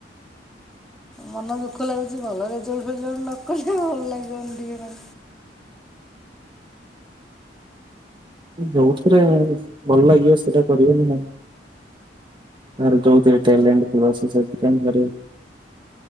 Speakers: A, in the centre; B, on the right.
A: ମନ ଦୁଃଖ ଲାଗୁଚି ଭଲ ରେଜଲ୍ଟ୍ ଫେଜାଲ୍ଟ୍ ନ କଲେ ଭଲ୍ ଲାଗିବନି ଟିକେ ନ
B: ଯୋଉଥିରେ ଭଲ ଲାଗିବ ସେଇଟା କରିବେ ନି ନା। ତାର ଜୋଉଥିରେ ଟ୍ୟାଲେଣ୍ଟ୍ ଥିବ ସିଏ ସେଇଥିରେ ହିଁ କରିବ।